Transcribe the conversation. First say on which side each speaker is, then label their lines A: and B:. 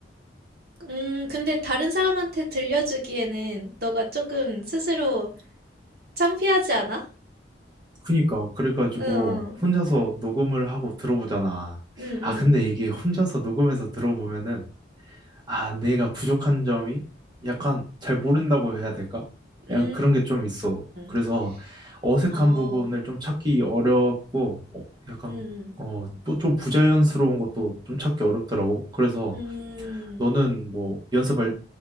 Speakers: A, on the right; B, on the right.
A: 음, 근데 다른 사람한테 들려주기에는 너가 조금 스스로 창피하지 않아?
B: 그니까, 그래가지고,
A: 응,
B: 혼자서 녹음을 하고 들어보잖아.
A: 응, 응,
B: 아, 근데 이게 혼자서 녹음해서 들어보면은, 아, 내가 부족한 점이 약간 잘 모른다고 해야 될까?
A: 응.
B: 약간 그런 게 좀 있어. 그래서
A: 음,
B: 어색한
A: 아오,
B: 부분을 좀 찾기 어렵고, 어, 약간,
A: 음,
B: 어, 또 좀 부자연스러운 것도 좀 찾기 어렵더라고. 그래서,
A: 음,
B: 너는 뭐 연습할